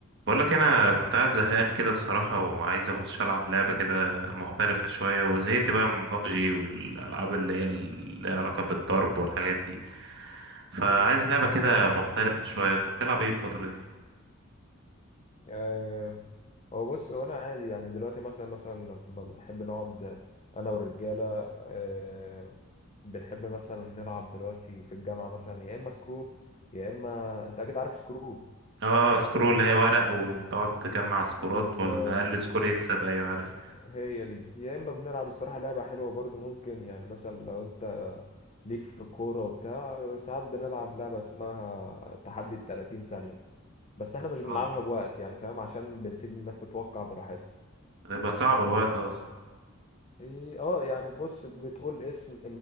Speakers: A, on the right; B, on the left.
A: بقولك انا كنت قاعد زهقان كده الصراحه وعايز اخش العب لعبه كده مختلفه شويه وزهقت بقى من بابجي والالعاب اللي هي اللي ليها علاقه بالضرب والحاجات دي فعايز
B: امم
A: لعبه كده مختلفه شويه انت بتلعب ايه الفتره دي
B: آه هو بص هو انا عادي يعني دلوقتي مثلا مثلا لما بنحب نقعد انا والرجاله آه بنحب مثلا نلعب دلوقتي في الجامعه مثلا يا اما سكرو يا اما انت اكيد عارف سكرو
A: اه سكرول اللي
B: يعني
A: هي ورق وتقعد تجمع سكورات
B: بالظبط
A: والاقل سكور يكسب ايوه عارف
B: هي دي يا اما بنلعب الصراحه لعبه حلوه برضو ممكن يعني مثلا لو انت ليك في الكوره وبتاع ساعات بنلعب لعبه اسمها تحدي 30 ثانيه بس احنا مش بنلعبها
A: اه
B: بوقت يعني فاهم عشان بنسيب الناس تتوقع براحتها
A: تبقى صعبه بوقت اصلا
B: إيه، اه يعني بص بتقول اسم